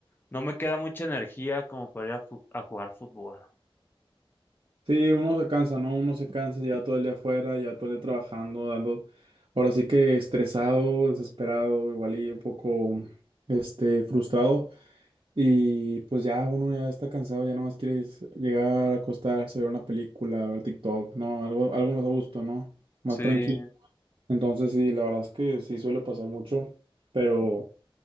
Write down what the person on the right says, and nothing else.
Sí, uno se cansa, ¿no? Uno se cansa, lleva todo el día afuera, lleva todo el día trabajando, dando, ahora sí que estresado, desesperado, igual y un poco, este, frustrado. Y pues ya uno ya está cansado, ya nomás quiere es llegar a acostarse, ver una película, ver TikTok, ¿no? Algo, algo más a gusto, ¿no? Más
tranquilo. Entonces sí, la verdad es que sí suele pasar mucho, pero...